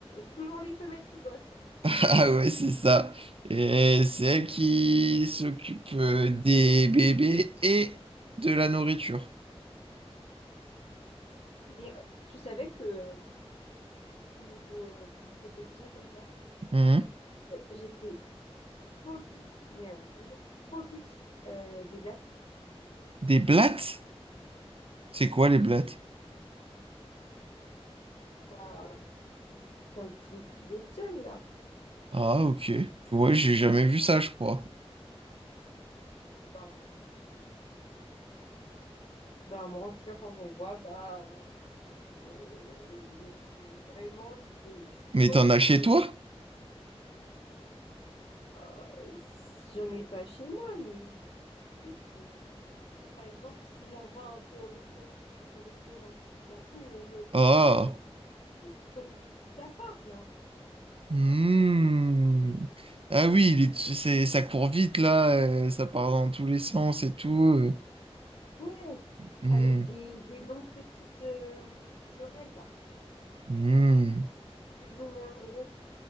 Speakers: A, on the left; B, on the right.
A: Toujours les femelles qui bossent. hein.
B: Ah ouais, c'est ça. Et c'est elles qui s'occupent euh, des bébés et de la nourriture.
A: Et euh, tu savais que euh, niveau euh, petite bestiole comme ça,
B: Mhm.
A: j'étais phobique, mais alors vraiment phobique euh, des blattes.
B: Des blattes? C'est quoi les blattes?
A: Ah, C'est un petit- une petite bestiole là.
B: Ah, ok. Ouais, j'ai jamais vu ça, je crois.
A: Et ben, Bah, moi, en tout cas, quand j'en vois, bah, euh, je, vraiment, c'est, je suis
B: Mais
A: proche
B: t'en as chez
A: de.
B: toi?
A: euh, J'en ai pas chez moi, mais tu sais, c'est. quand- Par exemple, si j'en vois un peu au resto, au restaurant, si d'un coup, euh,
B: Ah.
A: je, je, tu sais, c'est comme des petits cafards, là.
B: Hmm. Ah oui, il est- c'est, ça court vite là, euh, ça part dans tous les sens et tout. euh.
A: Oui,
B: Hmm.
A: avec des, des longues petites euh, oreilles, là,
B: Hmm.
A: plus ou moins gros.